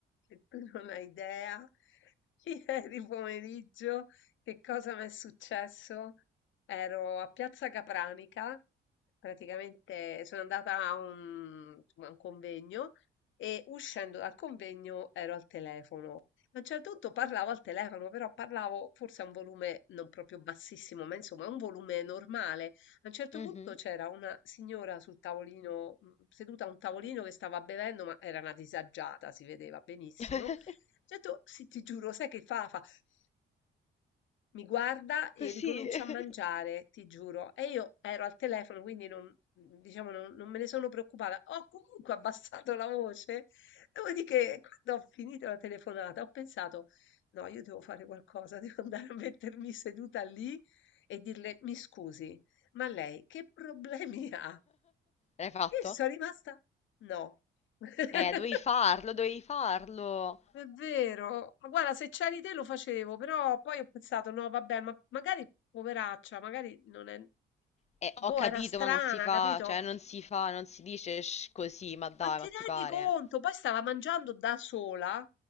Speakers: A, on the left; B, on the left.
A: che tu <laughs> non hai idea, <laughs> ieri pomeriggio che cosa mi è successo? Ero a Piazza Capranica Praticamente sono andata a un, insomma, a un convegno e uscendo dal convegno ero al telefono. A un certo punto parlavo al telefono, però parlavo forse a un volume non proprio bassissimo, ma insomma a un volume normale. A un certo
B: Mhm.
A: punto c'era una signora sul tavolino, mm, seduta a un tavolino che stava bevendo, ma era una disagiata, si vedeva benissimo.
B: <laughs>
A: Ho detto, sì, ti giuro, sai che fa? Fa, mi guarda e
B: Così.
A: ricomincia
B: <laughs>
A: a mangiare, ti giuro. E io ero al telefono, quindi non, mhmm, diciamo, non, non me ne sono preoccupata. Ho comunque abbassato la voce. Dopodiché, quando ho finito la telefonata, ho pensato, no, io devo fare qualcosa, <laughs> devo andare a mettermi seduta lì e dirle, mi scusi, ma lei che problemi <laughs> ha?
B: L'hai fatto?
A: Io sono rimasta, no. <laughs>
B: Eh, dovevi farlo, dovevi farlo.
A: È vero, ma guarda, se c'eri te lo facevo, però poi ho pensato, no, vabbè, ma magari poveraccia, magari non è...
B: Eh, ho
A: Boh,
B: capito,
A: era strana,
B: ma non si fa,
A: capito?
B: cioè non si fa, non si dice sh- così, ma dai,
A: Ma ti
B: ma
A: rendi
B: ti pare.
A: conto? Poi stava mangiando da sola